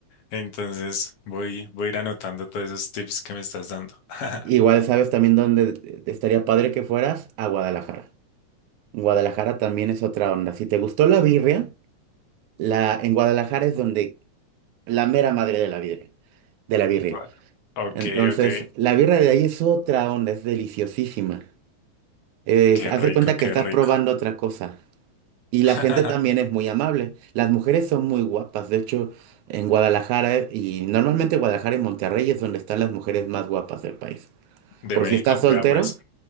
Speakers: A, on the left; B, on the right.
A: Entonces voy, voy a ir anotando todos esos tips que me estás dando. <laughs>
B: Igual sabes también dónde eh, estaría padre que fueras a Guadalajara. Guadalajara también es otra onda. Si te gustó la birria, la, en Guadalajara es donde la mera madre de la birria, de la birria.
A: Bueno. Ok,
B: Entonces,
A: ok.
B: la birra de ahí es otra onda, es deliciosísima. Es,
A: Qué
B: haz
A: rico,
B: de cuenta
A: qué
B: que estás
A: rico.
B: probando otra cosa. Y
A: <laughs>
B: la gente también es muy amable. Las mujeres son muy guapas. De hecho, en Guadalajara, y normalmente Guadalajara y Monterrey es donde están las mujeres más guapas del país.
A: De
B: Por
A: México,
B: si estás soltero,
A: vea pues,